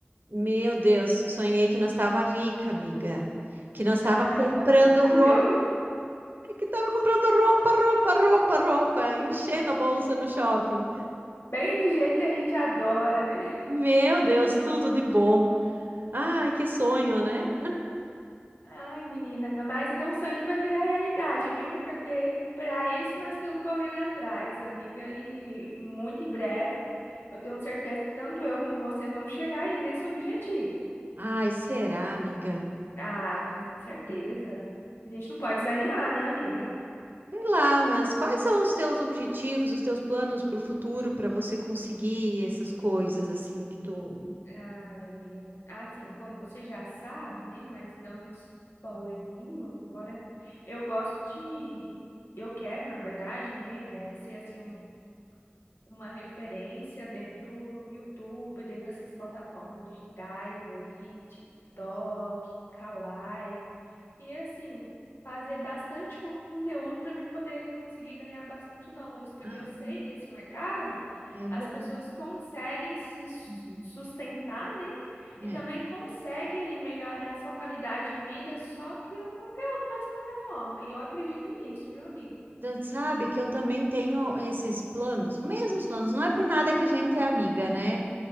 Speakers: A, on the right; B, on the left.
A: Meu Deus, sonhei que nós tava rica, amiga. Que nós tava
B: Ah,
A: comprando
B: então foi maravilhoso.
A: roupa, É que tava comprando roupa, roupa, roupa, roupa, enchendo a bolsa no shopping.
B: Bem do jeito que a gente adora, né?
A: Meu Deus, tudo de bom. Ai, que sonho, né?
B: Ai, menina, mas é um sonho que vai virar realidade, viu? Porque para isso nós estamos correndo atrás, amiga. E muito em breve, eu tenho certeza que tanto eu como você vamos chegar aí nesse objetivo.
A: Ai, será, amiga?
B: Ah, com certeza. A gente não pode desanimar, né, amiga?
A: Sei lá, mas quais são os teus objetivos, os teus planos para o futuro para você conseguir essas coisas assim que tu
B: Ai, amiga. Assim, como você já sabe, né? Mas dando um spoilerzinho, embora eu gosto de. Eu quero, na verdade, né? é, ser assim, um- uma referência dentro do YouTube, dentro dessas plataformas digitais aí, TikTok, Kawaii. E assim, fazer bastante con- conteúdo para mim poder conseguir ganhar bastante dólares, porque
A: Ah,
B: eu sei que esse mercado
A: é bom.
B: as pessoas conseguem se su-
A: Uhum.
B: sustentar, né? E
A: é,
B: também conseguem aí melhorar sua qualidade de vida só criando conteúdo para as plataformas. E eu acredito nisso, viu, amiga?
A: tu sabe que eu também tenho esses planos, mesmos planos. Não é por nada que a gente é amiga, né?